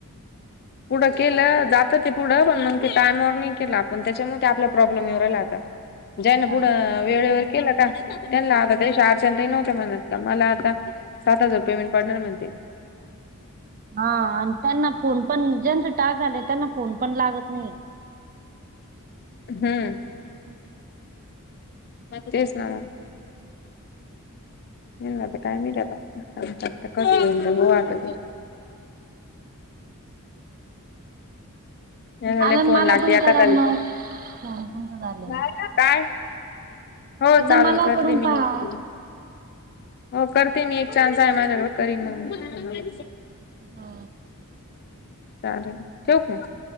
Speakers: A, on the left; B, on the right.
A: पुढं केलं जात ते पुढं पण मग ते टायमवर नाही केलं आपण त्याच्यामुळे ते आपला प्रॉब्लेम येऊ राहिला आता.
B: <inaudible>
A: जयना पुढं
B: हा
A: वेळेवर केलं का? त्यांना आता तेश अर्चंटही नव्हते म्हणत का मला आता सात हजव पेमेंट पडणार म्हणते.
B: हा आणि त्यांना फोन पण ज्यांच टाग झाले त्यांना फोन पण लागत नाही.
A: हम्म तेचना. येईल ना आता काय माहिती आता नवीन टास्क कधी येईल बघू आता. याला
B: चालन
A: लई फोन
B: मला
A: लागते
B: पण
A: <unintelligible>
B: करा मग फोन तुमचं झाल्यावर
A: काय हो
B: एकदा
A: चालेल
B: मला
A: करते
B: करून
A: मी
B: पहा
A: नक्की तुला. हो करते मी एक चान्स आहे माझ्याकडे करीन मग मी.
B: हा.
A: चालेल ठेवू का?